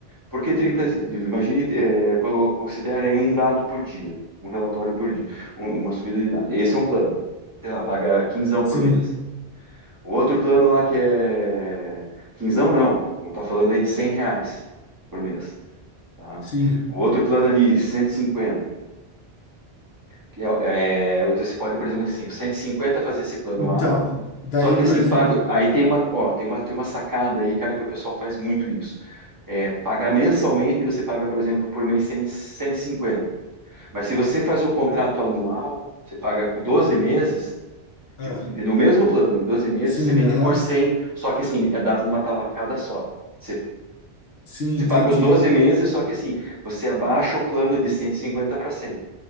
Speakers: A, on the right; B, on the left.
A: Por que 30 dias? Imagine, é, considerem um dado por dia, um relatório por dia, um- uma subida de dado. Esse é um plano. Sei lá, paga quinzão
B: Sim,
A: por mês. O outro plano lá que é... Quinzão não, não tá falando aí de 100 reais por mês, tá?
B: sim.
A: O outro plano ali, cento e cinquenta Que é, é, você pode, por exemplo, assim, o 150 fazer esse plano
B: Então,
A: A,
B: daí,
A: só que assim,
B: por exemplo,
A: pago, aí tem uma, ó, tem uma, tem uma sacada aí, cara, que o pessoal faz muito isso. É, pagar mensalmente, e você paga, por exemplo, por mês cem, cento e cinquenta Mas se você faz o contrato anual, você paga com 12 meses,
B: ah,
A: tipo, entendeu? O mesmo plano, em 12 meses
B: Sim,
A: você vende
B: aham.
A: por cem só que assim, é dado numa talacada só. Você,
B: Sim,
A: você
B: entendi,
A: paga os 12
B: aham.
A: meses, só que assim, você abaixa o plano de 150 para cem